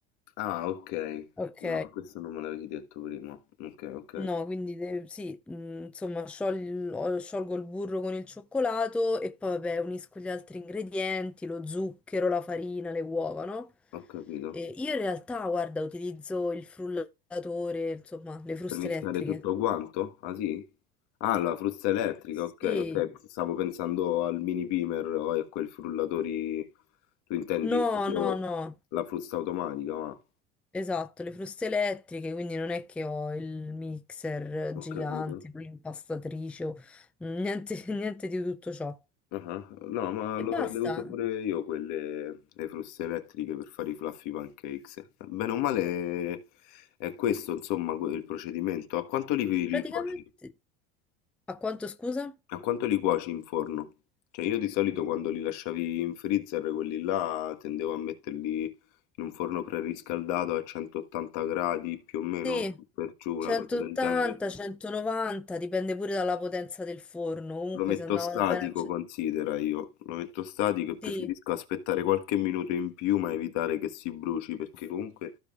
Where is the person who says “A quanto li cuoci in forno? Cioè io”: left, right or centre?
Left